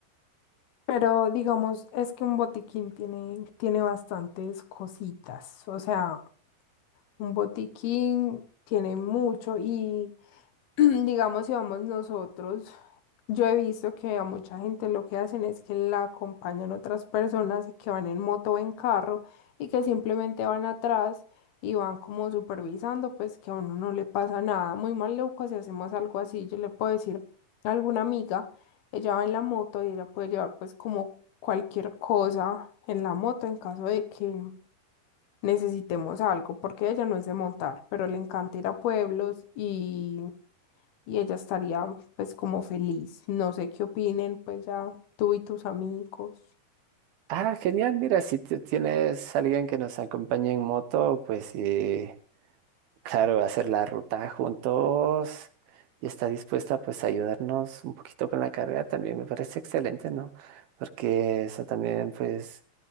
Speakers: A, on the left; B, on the right.
A: Pero digamos, es que un botiquín tiene, tiene bastantes cositas, o sea, un botiquín tiene mucho y... <clears throat> digamos, si vamos nosotros, yo he visto que a mucha gente lo que hacen es que la acompañan otras personas que van en moto o en carro y que simplemente van atrás y van como supervisando, pues que a uno no le pasa nada. Muy maluco si hacemos algo así, yo le puedo decir a alguna amiga, ella va en la moto y ella puede llevar pues como cualquier cosa en la moto en caso de que necesitemos algo, porque ella no es de montar, pero le encanta ir a pueblos y y ella estaría pues como feliz. No sé qué opinen, pues ya tú y tus amigos.
B: Ah, genial. Mira, si tú tienes alguien que nos acompañe en moto, pues sí, claro, hacer la ruta juntos y está dispuesta pues a ayudarnos un poquito con la carga también me parece excelente, ¿no? Porque eso también pues